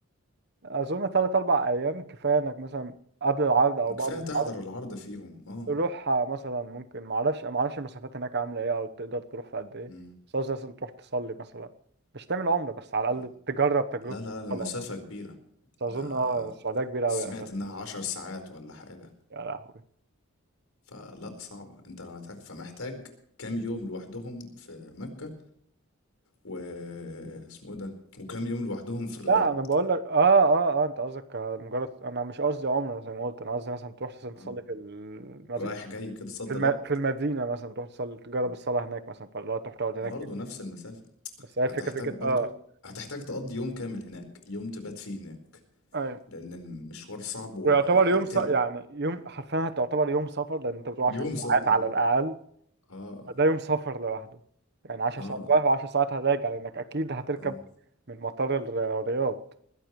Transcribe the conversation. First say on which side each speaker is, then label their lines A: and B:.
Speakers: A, on the right; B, on the left.
A: اظن ثلاث اربع ايام كفايه انك مثلا قبل العرض او
B: آه، كفاية
A: بعد
B: تحضر
A: العرض
B: العرض فيهم اه
A: تروح آه، مثلا ممكن ما اعرفش ما اعرفش المسافات هناك عامله ايه او تقدر تروح في قد ايه
B: مم.
A: بس قصدي مثلا تروح تصلي مثلا مش تعمل عمره بس على
B: آه.
A: الاقل تجرب تجربه
B: لا لا لا المسافة
A: الصلاه بقى.
B: كبيرة
A: بس اظن
B: ده
A: اه السعوديه كبيره
B: سمعت
A: قوي يا اخي
B: انها عشر ساعات ولا حاجة
A: يا لهوي
B: فلا صعبة انت لو هتح... فمحتاج كام يوم لوحدهم في مكة و اسمه ايه ده وكام يوم لوحدهم في الرياض
A: لا انا بقول لك اه اه اه انت قصدك مجرد انا مش قصدي عمره زي ما قلت انا قصدي مثلا تروح مثلا تصلي
B: اه
A: في المسجد
B: رايح جاي كده صد
A: في الم...
B: رد
A: في المدينة مثلا تروح تصلي تجرب الصلاة هناك مثلا فاللي هو تروح تقعد هناك
B: برضه
A: يوم.
B: نفس المسافة
A: بس هي
B: هتحتاج
A: الفكرة فكرة
B: برضو
A: اه
B: هتحتاج تقضي يوم كامل هناك يوم تبات فيه هناك
A: ايوه
B: لأن المشوار صعب وهيقتلك
A: ويعتبر يوم س... يعني يوم حرفيا هتعتبر يوم سفر لأن أنت بتروح
B: يوم
A: 10 ساعات
B: صدر
A: على الأقل
B: اه
A: ده يوم سفر لوحده يعني 10
B: اه
A: ساعات رايح و10 ساعات هراجع لأنك أكيد هتركب
B: اه
A: من مطار الر- الرياض